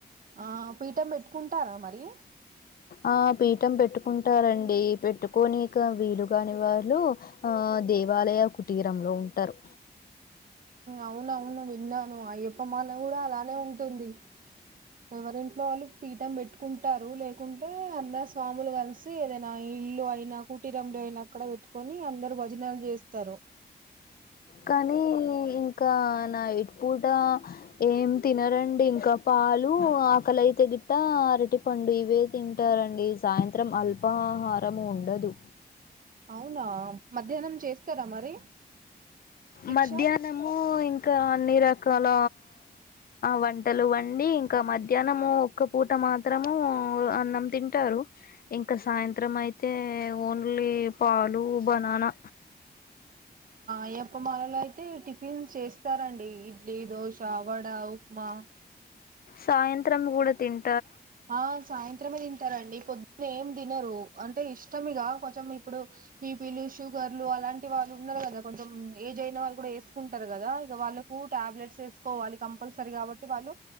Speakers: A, on the right (about 55°); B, on the left (about 60°).
A: ఆ పీఠం పెట్టుకుంటారా మరి
B: ఆ పీఠం పెట్టుకుంటారండి పెట్టుకొనికి వీలు కాని వాళ్ళు ఆ దేవాలయ కుటీరంలో ఉంటరు
A: అవునవును విన్నాను అయ్యప్ప మాళ కూడా అలానే ఉంటుంది ఎవరింట్లో వాళ్ళు పీఠం పెట్టుకుంటారు లేకుంటే అందరు స్వాములు కలిసి ఏదైనా ఇల్లు అయినా కూటీరంలో అయినా అక్కడ పెట్టుకొని అందరు భజనలు చేస్తరు
B: కానీ ఇంకా నైట్ పూట ఏం తినరండి ఇంకా పాలు ఆకలి అయితే గిట్ట అరటి పండు ఇవే తింటారండి సాయంత్రం అల్పాహారం ఉండదు
A: అవునా మధ్యాహ్నం చేస్తారా మరి భిక్ష
B: మధ్యాహ్నము ఇంకా అన్ని రకాల వంటలు వండి ఇంకా మధ్యాహ్నము ఒక్క పూట మాత్రము అన్నం తింటారు ఇంకా సాయంత్రం అయితే ఓన్లీ పాలు బనానా
A: అయ్యప్పమాలలో అయితే టిఫిన్స్ చేస్తారండి ఇడ్లీ, దోశ, వడ, ఉప్మా.
B: సాయంత్రం కూడా తిన్
A: ఆ సాయంన్ త్రమే తింటారండి పొద్దున్న ఏం తినరు అంటే ఇష్టం ఇగ, కొంచెం ఇప్పుడు బీపిలు షుగర్లు అలాంటి వాళ్ళు ఉన్నారు కదా, కొంచెం ఏజ్ అయిన వాళ్ళు కూడా వేసుకుంటారు కదా, ఇగ వాళ్ళకు టాబ్లెట్స్ వేసుకోవాలి కంపల్సరీ కాబట్టి వాళ్ళు